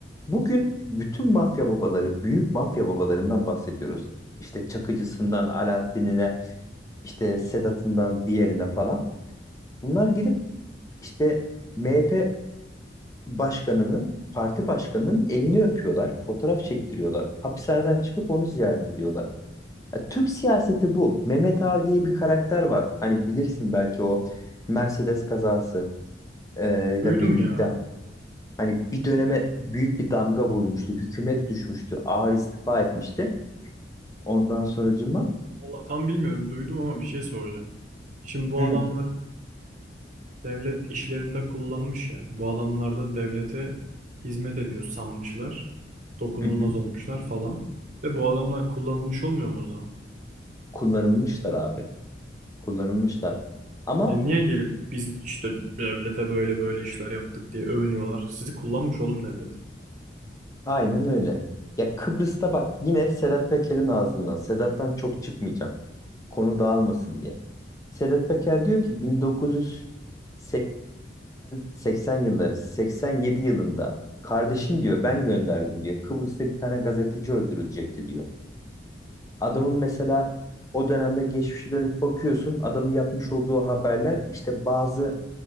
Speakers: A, on the left; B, on the right.
A: Bugün bütün mafya babaları, büyük mafya babalarından bahsediyoruz. İşte Çakıcısından Alaaddin'ine, işte Sedat'ından diğerine falan. Bunlar gidip işte MHP başkanının, parti başkanının elini öpüyorlar, fotoğraf çektiriyorlar. Hapishaneden çıkıp onu ziyaret ediyorlar. Ya Türk siyaseti bu. Mehmet Ağar diye bir karakter var. Hani bilirsin belki o Mercedes kazası e, ile
B: Duydum
A: birlikte.
B: ya.
A: Hani bir döneme büyük bir damga vurmuştu. Hükümet düşmüştü. Ağar istifa etmişti. Ondan sonracıma
B: Valla tam bilmiyorum duydum ama bir şey soracağım. Şimdi bu
A: hı,
B: adamlar Devlet işlerinde kullanmış ya. Bu adamlar da devlete hizmet ediyor sanmışlar. Dokunulmaz
A: hı hı.
B: olmuşlar falan. De bu adamlar kullanılmış olmuyor mu o zaman?
A: kullanılmışlar abi. Kullanılmışlar. Ama
B: E niye gelip biz işte devlete böyle böyle işler yaptık diye övünüyorlar? Sizi kullanmış oğlum devlet.
A: aynen öyle. Ya Kıbrıs'ta bak yine Sedat Peker'in ağzından. Sedat'tan çok çıkmayacağım. Konu dağılmasın diye. Sedat Peker diyor ki 1980 80 yılları 87 yılında kardeşim diyor ben gönderdim diyor. Kıbrıs'ta bir tane gazeteci öldürülecekti diyor. Adamın mesela o dönemde geçmişe dönüp bakıyorsun adamın yapmış olduğu haberler işte bazı